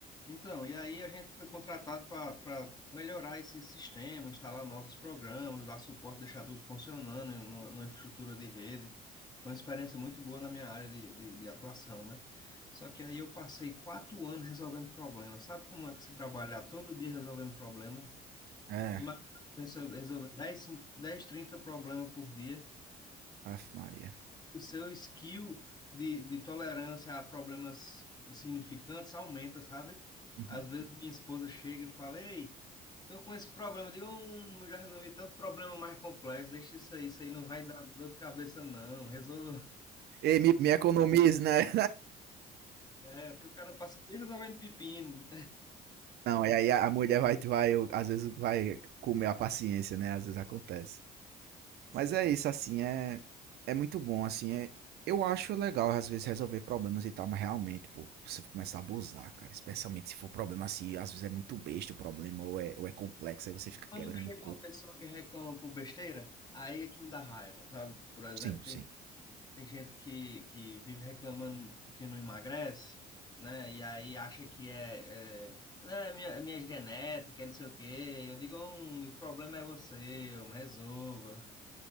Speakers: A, on the left; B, on the right.
A: Então, e aí a gente foi contratado para melhorar esse sistema, instalar novos programas, dar suporte, deixar tudo funcionando em uma- numa infraestrutura de rede. Foi uma experiência muito boa na minha área de, de, de atuação, né? Só que aí eu passei quatro anos resolvendo problemas. Sabe como é que você trabalhar todo dia resolvendo problema?
B: É,
A: Imagina você resolver 10, 5, 10, 30 problemas por dia
B: Ave Maria.
A: o seu skill de, de tolerância a problemas significantes aumenta, sabe?
B: Uhum.
A: Às vezes minha esposa chega e fala, ei, tô com esse problema. Eu digo, hum, eu já resolvi tanto problema mais complexo, deixa isso aí, isso aí não vai dar dor de cabeça, não. Resolva. <laughs>
B: Ei, me, me economize, né?
A: É, porque o cara passa o dia resolvendo pepino.
B: Não, e aí a a mulher vai, vai, às vezes vai comer a paciência, né? Às vezes acontece. Mas é isso, assim, é, é muito bom, assim, é, eu acho legal às vezes resolver problemas e tal, mas realmente, pô, você começa a abusar, cara, especialmente se for problema assim, às vezes é muito besta o problema, ou é, ou é complexo, aí você
A: <laughs>
B: fica
A: Quando
B: quebrando
A: chega
B: o coco.
A: uma pessoa que reclama por besteira, aí é que me dá raiva, sabe? Por exemplo,
B: Sim,
A: tem
B: sim.
A: Tem gente que, que vive reclamando que não emagrece, né? E aí acha que é, é, não, é minha, é minha genética, é não sei o quê. Eu digo, "Hum, o problema é você, eu me resolva.